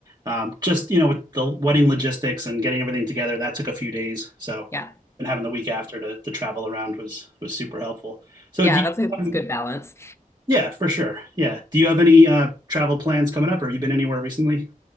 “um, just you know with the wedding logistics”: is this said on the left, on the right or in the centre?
Right